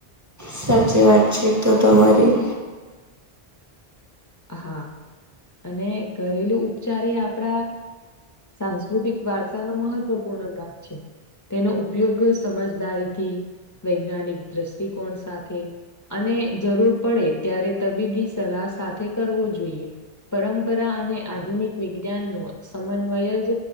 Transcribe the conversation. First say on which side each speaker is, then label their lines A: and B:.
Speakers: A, on the right; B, on the left.
A: સાચી વાત છે તો તમારી.
B: હા અને ઘરેલુ ઉપચાર એ આપડા સાંસ્કૃતિક વારસાનો મહત્વપૂર્ણ ભાગ છે. તેનો ઉપયોગ સમજદારીથી વૈજ્ઞાનિક દ્રષ્ટિકોણ સાથે અને જરૂર પડે ત્યારે તબીબની સલાહ સાથે કરવો જોઈએ. પરંપરા અને આ વિજ્ઞાનનો સો મન્વય જ